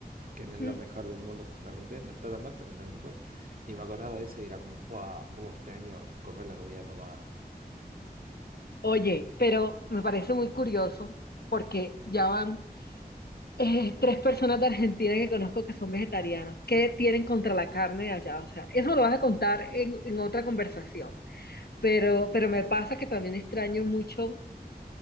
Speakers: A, on the right; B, on the left.
A: que no es
B: Mm,
A: lo mejor del mundo justamente, no está tan mal, pero no es lo mejor. Y me acordaba de eso y era como, fue cómo extraño comer la comida de mamá.
B: Oye, pero me parece muy curioso porque ya van eh, tres personas de Argentina que conozco que son vegetarianos. ¿Qué tienen contra la carne de allá? O sea, eso lo vas a contar en, en otra conversación. Pero, pero me pasa que también extraño mucho